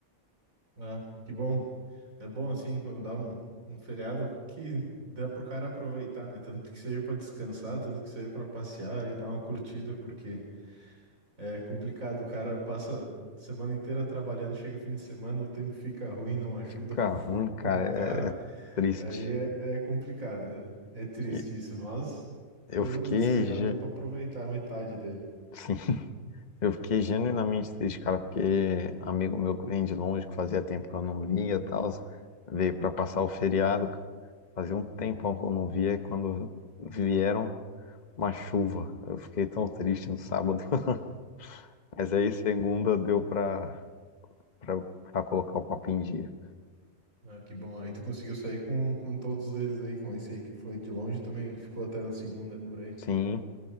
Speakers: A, on the right; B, on the left.
A: ah, que bom. É bom assim quando dá um, um feriado que dá pro cara aproveitar, né? Tanto que seja para descansar, tanto que seja para passear e dar uma curtida, porque É complicado, o cara passa a semana inteira trabalhando, chega fim de semana, o tempo fica ruim, não ajuda
B: Fica
A: <laughs> com,
B: ruim, cara,
A: com o cara.
B: é, é triste.
A: Aí é, aí é complicado, é, é triste
B: E
A: isso, mas
B: eu
A: pelo
B: fiquei,
A: menos esse feriado
B: ge-
A: deu pra aproveitar a metade dele.
B: <laughs> sim, eu fiquei genuinamente triste, cara, porque amigo meu que vem de longe, que fazia tempo que eu não via e tal, veio pra passar o feriado. Fazia um tempão que eu não via e quando vieram uma chuva, eu fiquei tão triste no sábado. <laughs> Mas aí segunda deu pra, pra, pra colocar o papo em dia.
A: Ah, que bom, aí tu conseguiu sair com, com todos eles aí, com esse aí que foi de longe também, ele ficou até na segunda por aí.
B: Sim,